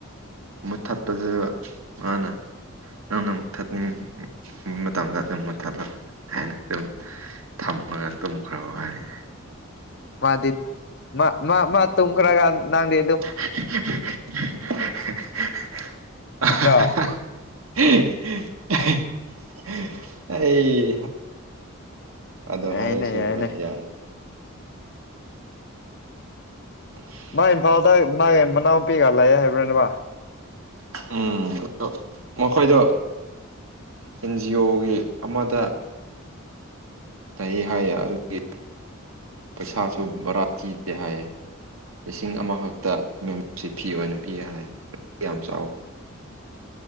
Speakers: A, on the right; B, on the left.
A: ꯃꯨꯠ ꯊꯠꯄꯁꯨ ꯃꯥꯅ ꯅꯪꯅ ꯃꯨꯠ ꯊꯠꯅꯤꯡꯕ ꯃꯇꯝꯗ ꯑꯗꯨꯝ ꯃꯨꯠꯊꯠꯂꯣ ꯍꯥꯏꯅ ꯑꯗꯨꯝ ꯊꯝꯃꯒ ꯇꯨꯝꯈ꯭ꯔꯕ ꯋꯥꯔꯤꯅꯤ
B: ꯃꯥꯗꯤꯞ ꯃꯥ ꯃꯥ ꯃꯥ ꯇꯨꯈꯔꯒꯥꯟ ꯅꯪꯗ
A: <unintelligible> <unintelligible>
B: ꯅꯠꯇ꯭ꯔꯣ
A: ꯑꯩ ꯑꯗ
B: ꯌꯥꯏꯅꯦ
A: ꯍꯥꯏꯔꯁꯨ
B: ꯌꯥꯏꯅꯦ
A: ꯍꯣꯏ ꯌꯥꯔꯦ <unintelligible>
B: ꯃꯥ ꯏꯝꯐꯥꯜꯗ ꯃꯥꯒꯤ ꯃꯅꯥꯎꯄꯤꯒ ꯂꯥꯛꯑꯦ ꯍꯥꯏꯕ꯭ꯔꯥꯅꯦꯕ
A: ꯎꯝ ꯑ ꯃꯈꯣꯏꯗꯣ ꯑꯦꯟꯖꯤ ꯑꯣꯒꯤ ꯑꯃꯗ ꯂꯩ ꯍꯥꯏꯌꯦ ꯑꯗꯨꯒꯤ ꯄꯩꯁꯥꯁꯨ ꯕꯔꯥ ꯊꯤꯗꯦ ꯍꯥꯏꯌꯦ ꯂꯤꯁꯤꯡ ꯑꯃꯈꯛꯇ ꯃꯦꯝꯕꯔꯁꯤꯞ ꯐꯤ ꯑꯣꯏꯅ ꯄꯤꯌꯦ ꯍꯥꯏ ꯌꯥꯝ ꯆꯥꯎꯋꯤ